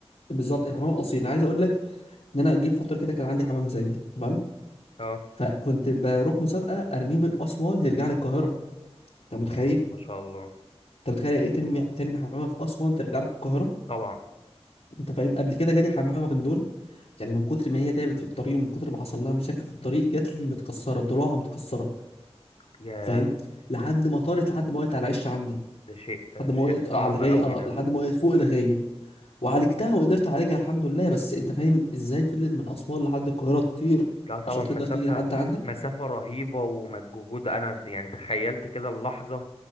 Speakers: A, on the left; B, on the left.
A: بالظبط الحمام اصيل انا عايز اقول لك ان انا جيت فتره كده كان عندي حمام زاجل تمام
B: اه
A: فكنت بروح مسابقه ارميه من اسوان يرجع لي القاهره انت متخيل
B: م- ما شاء الله
A: انت متخيل يعني ايه ترمي ترمي حمامه في اسوان ترجع لك القاهره
B: طبعا
A: انت فاهم قبل كده جالي حمامه من دول يعني من كتر ما هي تعبت في الطريق ومن كتر ما حصل لها مشاكل في الطريق جات لي متكسره ضلوعها متكسره
B: ياه
A: فاهم لحد ما طارت لحد ما وقعت على العش عندي
B: ده شيء آه،
A: لحد ما
B: شيء
A: وقعت
B: صعب
A: آه، على الغيه
B: قوي
A: اه
B: ده
A: لحد ما وقعت فوق الغيه وعالجتها وقدرت اعالجها الحمد لله بس انت فاهم ازاي فضلت من اسوان لحد القاهره تطير
B: لا طبعا
A: عشان تقدر
B: مسافة
A: تيجي لحد عندك
B: مسافة رهيبة ومجهود أنا يعني تخيلت كده اللحظة